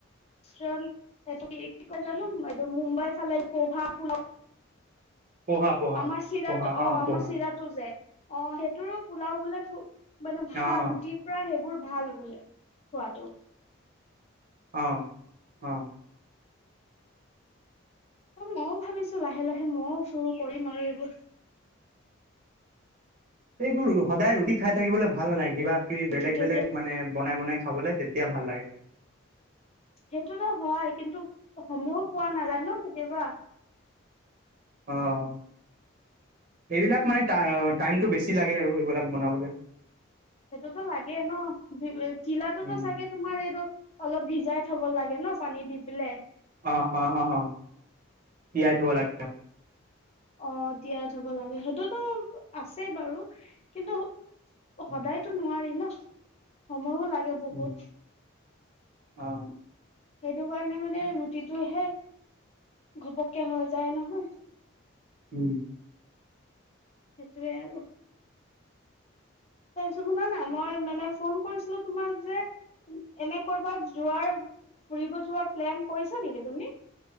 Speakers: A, on the left; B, on the right.
A: <unintelligible>
B: পহা পহা।
A: আমাৰ চিৰাটো,
B: পহা
A: অঁ--আমাৰ
B: অ', পহা
A: চিৰাটো যে অঁ, সেইটোৰো পোলাও বোলে চো--মানে, ভাল
B: অ', অ',
A: ৰুটি প্ৰায় সেইবোৰ ভাল বোলে, খোৱাটো।
B: অঁ, অঁ।
A: আৰু মও ভাৱিছোঁ, লাহে লাহে মও চুৰো কৰিম আৰু এইবোৰ।
B: এইবোৰ ৰু সদায় ৰুটি খাই থাকিবলে ভাল নালাগে, কিবা - কিবি
A: ৰুটিটো
B: বেলেগ বেলেগ
A: এতিয়া
B: মানে, বনাই বনাই খাবলে তেত্‌ তিয়া ভাল লাগে।
A: সেইটোতো হয় কিন্তু সময় পোৱা নাযায় ন' কেতিয়াবা।
B: অঁ, এইবিলাক মানে টাই টাইমটো বেছি লাগে আৰু এইবিলাক বনাবলে।
A: সেইটোতো লাগেই ন'? জি-ই চিৰাটোতো
B: উম,
A: চাগে তোমাৰ এইটো অলপ ভিজাই থব লাগে ন'? পানী দি পেলাই।
B: অঁ, অঁ অঁ অঁ, তিয়াই থব লাগ্‌
A: অঁ- তিয়াই থব লাগে। সেইটোতো আছে বাৰু কিন্তু
B: উম,
A: সদায় টো নোৱাৰি ন' সময়ো লাগে। বহুত
B: ওঁ, অঁ
A: সেইটো কাৰণে মানে, ৰুটিটোহে ঘপক্‌কে হৈ যায় নহয়।
B: ওঁ।
A: সেইটোৱে আৰু। তাৰপিছত শুনা না, মই মানে ফোন কৰিছিলোঁ তোমাক যে এনে কৰবাত যোৱাৰ ফুৰিব যোৱাৰ প্লেন কৰিছা নেকি তুমি?